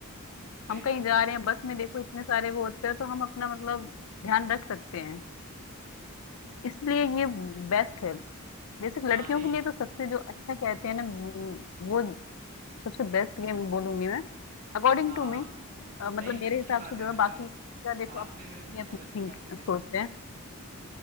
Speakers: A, on the right; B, on the left.
A: सही
B: हम कहीं
A: बात
B: जा
A: है
B: रहे हैं बस में देखो इतने सारे वो होते हैं तो हम अपना मतलब ध्यान रख सकते हैं इसलिए ये बेस्ट है बेसिक लड़कियों
A: हाँ नहीं
B: के लिए तो सबसे जो अच्छा कहते हैं ना म, वो सबसे बेस्ट गेम बोलूंगी मैं अकॉर्डिंग
A: हाँ
B: टू मी मतलब
A: नहीं सर
B: मेरे
A: अच्छी
B: हिसाब
A: बात
B: से जो
A: है
B: है
A: मतलब
B: बाकी का देखो
A: आपने
B: अपनी
A: बहुत
B: अपनी
A: अच्छी
B: थिंक
A: बात बताई
B: सोच
A: मेरे को
B: है